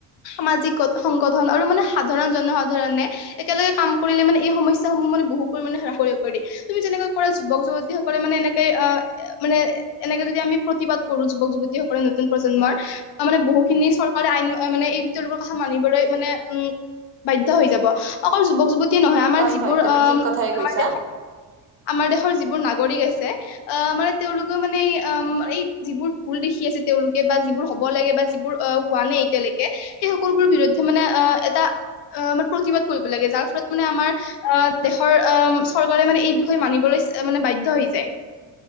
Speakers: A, on the left (about 60°); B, on the right (about 30°).
A: সামাজিক সংগঠন আৰু মানে, সাধাৰণ জনসাধাৰণে একেলগে কাম কৰিলে মানে, এই সমস্যাসমূহ মানে বহু পৰিমাণে হ্ৰাস কৰিব পাৰি। তুমি যেনেকৈ কৰা, যুৱক যুৱতী সকলে মানে, এনেকে আহ মানে এনেকে যদি আমি প্ৰতিবাদ কৰো যুৱক যুৱতীসকলে। নতুন প্ৰজন্মৰ, মানে বহুখিনি চৰকাৰে আইন মানে এই তেওঁলোকৰ কথা মানিবলৈ মানে, উম বাধ্য হৈ যাব। অকল যুৱক যুৱতী নহয় আমাৰ
B: হয়
A: যিবোৰ
B: হয় তুমি
A: অ',
B: ঠিক কথাই কৈছা
A: আমাৰ- আমাৰ দেশৰ যিবোৰ নাগৰিক আছে, অ', মানে তেওঁলোকেও মানে অ'এই যিবোৰ ভুল দেখি আছে তেওঁলোকে বা যিবোৰ হ'ব লাগে বা যিবোৰ অ' হোৱা নাই এতিয়ালৈকে। সেই সকলোবোৰ বিৰুদ্ধে মানে, অ', এটা অ' মানে, প্ৰতিবাদ কৰিব লাগে। যাৰ ফলত মানে আমাৰ অ', দেশৰ আহ, চৰকাৰে মানে এই বিষয়ে মানিবলৈ মানে বাধ্য হৈ যায়।